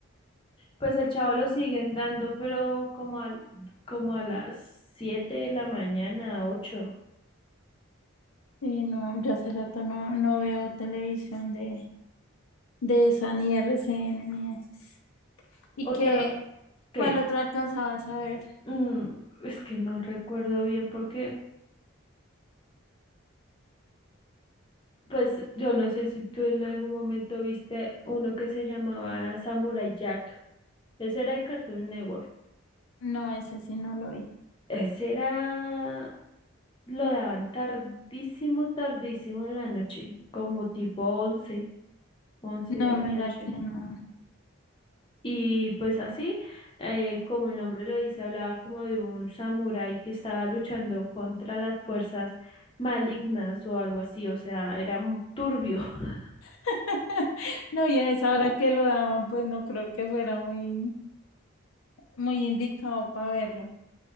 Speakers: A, on the left; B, on the left.
A: Pues el Chavo lo siguen dando, pero como al, como a las 7 de la mañana, ocho
B: Y no, yo hace rato no, no veo televisión de, de esa, ni RCN, ni esas. Y
A: O
B: que,
A: ta- ¿qué?
B: ¿cuál otro alcanzabas a ver?
A: Mm, es que no recuerdo bien porque, pues yo no sé si tú en algún momento viste uno que se llamaba Samurai Jack. Ese era de Cartoon Network.
B: No, ese sí no lo vi.
A: Ese era lo daban tardísimo, tardísimo en la noche, como tipo once, 11 de
B: No,
A: la
B: mira
A: noche.
B: que no.
A: Y pues así, eh, como el nombre lo dice, hablaba como de un samurái que estaba luchando contra las fuerzas malignas o algo así, o sea, era mu- turbio. <laughs>
B: <laughs> No, y a esa hora que lo daban, pues no creo que fuera muy, muy indicado para verlo.